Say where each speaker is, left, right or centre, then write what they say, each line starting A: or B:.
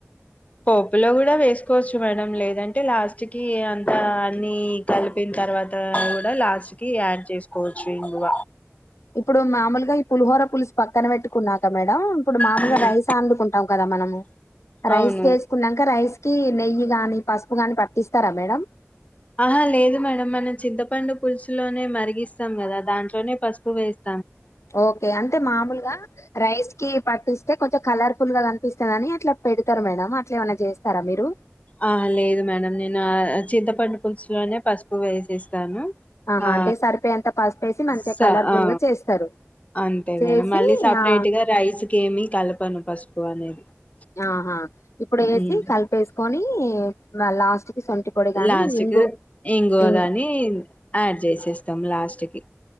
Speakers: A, on the left; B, on the left.
A: పోపులో కూడా వేసుకోవచ్చు మేడం లేదంటే లాస్ట్ కి అంతా అన్ని కలిపిన తర్వాత కూడా లాస్ట్ కి యాడ్ చేసుకోవచ్చు ఇంగువ
B: ఇప్పుడు మామూలుగా ఈ పులిహోర పులుసు పక్కన పెట్టుకున్నాక మేడం ఇప్పుడు మాములుగా
A: హ్మ్.
B: రైస్ అండుకుంటాం కదా మనము రైస్
A: అవును
B: చేసుకున్నాక రైస్ కి నెయ్యి గాని పసుపు గాని పట్టిస్తారా మేడం
A: ఆహా లేదు మేడం మనం చింతపండు పులుసులోనే మరిగిస్తాం కదా దాంట్లోనే పసుపు వేస్తా
B: ఓకే అంటే మామూలుగా రైస్ కి పట్టిస్తే కొంచెం కలర్ ఫుల్ గా కనిపిస్తదని అట్లా పెడతారు మేడం అట్లా ఏమైన్నా చేస్తారా మీరు
A: ఆ లేదు మేడం నేను ఆ చింతపండు పులుసులోనే పసుపు వేసేస్తాను
B: ఆహా
A: ఆ
B: అంటే సరిపోయేంత పసుపేసి మంచిగా
A: స
B: కలర్ఫుల్
A: ఆ
B: గా చేస్తారు
A: అంతే
B: చేసి
A: మేడం మళ్ళీ సపరేట్
B: ఆ
A: గా రైస్ కి ఏమి కలపను పసుపు <unintelligible>
B: ఆహా ఇప్పుడు వేసి
A: హ్మ్
B: కలిపేసుకొని మా లాస్ట్ కి సొంటి పొడి గాని
A: లాస్ట్
B: ఇంగు
A: కి ఇంగువ
B: ఇం
A: గాని యాడ్ చేసేస్తాం లాస్ట్ కి